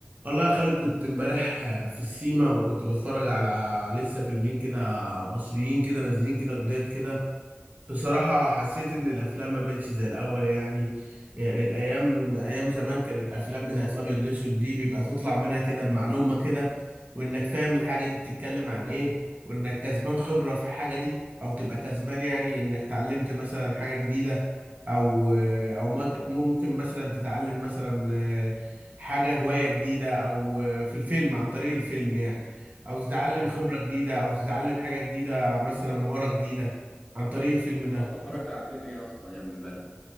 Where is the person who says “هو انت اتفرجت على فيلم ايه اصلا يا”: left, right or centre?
Left